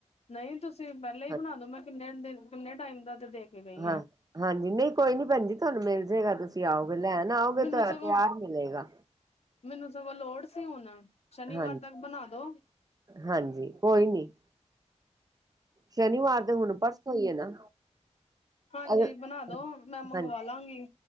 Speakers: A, on the left (about 60°); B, on the right (about 30°).
A: ਨਹੀਂ ਤੁਸੀਂ ਪਹਿਲਾਂ ਹੀ
B: ਹਾਂ
A: ਬਣਾ ਦੋ ਮੈਂ ਕਿੰਨੇ ਦਿਨ, ਕਿੰਨੇ ਟਾਈਮ ਦਾ ਤੇ ਦੇ ਕੇ ਗਈ
B: ਹਾਂ
A: ਆ
B: ਹਾਂਜੀ ਨਹੀਂ ਕੋਈ ਨੀ ਭੈਣ ਜੀ, ਤੁਹਾਨੂੰ ਮਿਲ ਜਾਏਗਾ ਤੁਸੀਂ ਆਓ। ਲੈਨ ਆਓਗੇ,
A: ਮੈਨੂੰ
B: ਤੁਹਾਡਾ
A: ਸਗੋਂ
B: ਤਿਆਰ ਮਿਲੇਗਾ।
A: ਮੈਨੂੰ ਸਗੋਂ ਲੋੜ ਸੀ ਹੁਣ, ਸ਼ਨੀਵਾਰ
B: ਹਾਂਜੀ
A: ਤੱਕ ਬਣਾ ਦੋ।
B: ਹਾਂਜੀ ਕੋਈ ਨਹੀ। ਸ਼ਨੀਵਾਰ ਤੇ ਹੁਣ ਪਰਸੋ ਈ ਹੈ ਨਾ।
A: ਹਾਂਜੀ
B: ਅਗਰ
A: ਬਣਾ ਦੋ, ਮੈਂ ਮੰਗਵਾ
B: ਹਾਂਜੀ
A: ਲਾਂਗੀ।